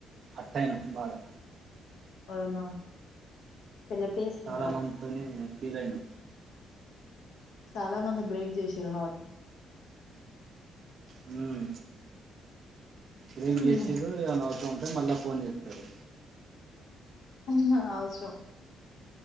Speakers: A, on the right (about 55°); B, on the left (about 80°).
A: హార్ట్ అయినా బాగా
B: అవును పెళ్లి ఎప్పుడు చేసుకుంటారు
A: చాలా మందితోని ఫీల్ అయినా
B: చాలా మంది బ్రేక్ చేసిరా హాట నీ
A: హ్మ్మ్ బ్రేక్
B: హ్మ్.
A: చేసిరు ఇగా ంటే మళ్ళా ఫోన్ చేస్తారు
B: అ అవసరం